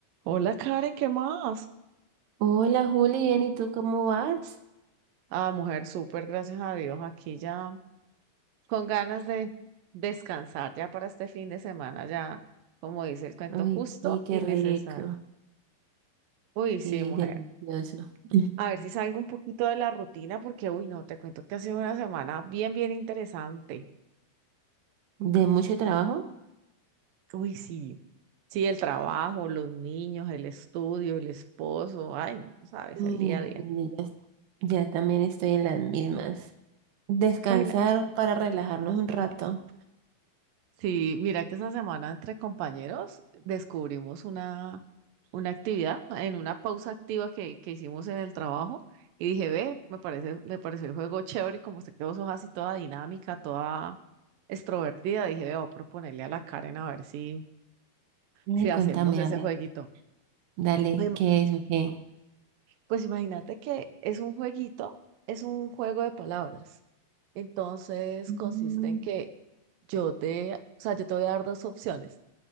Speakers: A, on the right; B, on the right.
A: Hola Karen, ¿qué más?
B: Hola Juli, bien, ¿y tú cómo vas?
A: Ah, mujer, súper, gracias a Dios. Aquí ya con ganas de descansar ya para este fin de semana, ya como dice el cuento,
B: Ay,
A: justo
B: sí, qué
A: y
B: rico,
A: necesario. Uy, sí,
B: sí,
A: mujer.
B: delicioso. <laughs>
A: A ver si salgo un poquito de la rutina porque, uy, no, te cuento que ha sido una semana bien, bien interesante.
B: ¿De mucho trabajo?
A: Uy, sí. Sí, el trabajo, los niños, el estudio, el esposo, ay, no sabes,
B: Ay,
A: el día a día.
B: sí, ya, ya también estoy en las mismas. Descansar
A: Imagina.
B: para relajarnos un rato.
A: Sí, mira que esa semana entre compañeros descubrimos una, una actividad en una pausa activa que, que hicimos en el trabajo y dije, ve, me parece, me pareció el juego chévere y como se quedó sos así toda dinámica, toda extrovertida, dije, ve, voy a proponerle a la Karen a ver si,
B: Ay,
A: si hacemos
B: contame,
A: ese
B: a ver,
A: jueguito.
B: dale,
A: Em,
B: ¿qué es o qué?
A: Pues imagínate que es un jueguito, es un juego de palabras. Entonces
B: Mm,
A: consiste en que yo te, o sea, yo te voy a dar dos opciones.